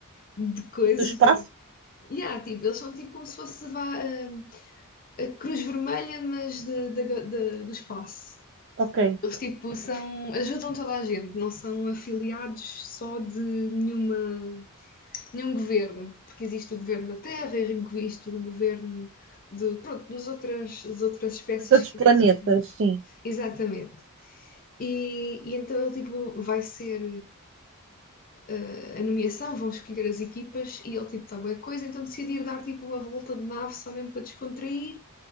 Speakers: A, on the left (about 40°); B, on the right (about 55°).
A: de coisas,
B: Do espaço?
A: de... Yeah, tipo, eles são tipo como se fosse vá, a, a Cruz Vermelha, mas de, da- da- do espaço.
B: Ok.
A: Eles tipo são, ajudam toda a gente, não são afiliados só de nenhuma, nenhum governo, porque existe o governo da terra, existe o governo de, pronto, dos outras, das outras espécies
B: Dos outros
A: que
B: planetas,
A: portanto,
B: sim.
A: Exatamente. E, e então ele tipo vai ser eh, a nomeação, vão escolher as equipas e ele tipo está boa coisa, então decidir dar tipo uma volta de nave só mesmo para descontrair